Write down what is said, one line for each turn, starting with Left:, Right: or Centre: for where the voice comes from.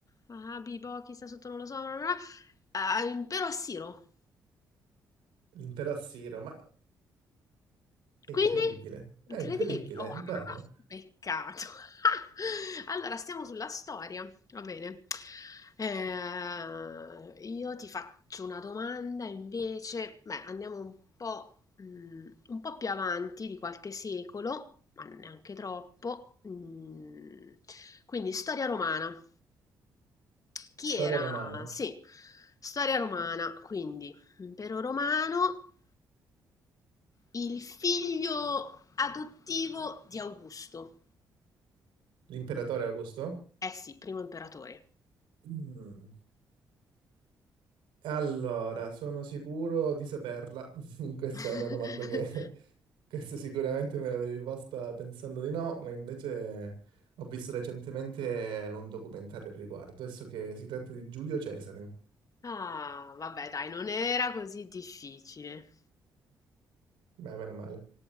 Left: Ah, Bibo, chi sta sotto non lo so. bla bla bla. Ah, impero assiro.
Right: L'impero assiro, ma è
Left: Quindi?
Right: incredibile, è
Left: Incredibile.
Right: incredibile,
Left: Wow,
Right: guarda.
Left: peccato. <laughs> Allora, stiamo sulla storia. Va bene. Eh, io ti faccio una domanda invece. Beh, andiamo un po', mm, un po' più avanti di qualche secolo, ma neanche troppo. Mm, quindi, storia romana. Chi
Right: Storia
Left: era?
Right: romana,
Left: Sì, storia romana, quindi impero romano, il figlio adottivo di Augusto.
Right: l'imperatore Augusto?
Left: Eh sì, primo imperatore.
Right: <clears throat> Allora, sono sicuro di saperla. <laughs> Questa
Left: <laughs>
Right: è una domanda che <laughs> questa sicuramente me l'avevi posta pensando di no, ma invece ho visto recentemente un documentario al riguardo. Adesso che si tratta di Giulio Cesare.
Left: Ah, vabbè, dai, non era così difficile.
Right: Beh, meno male.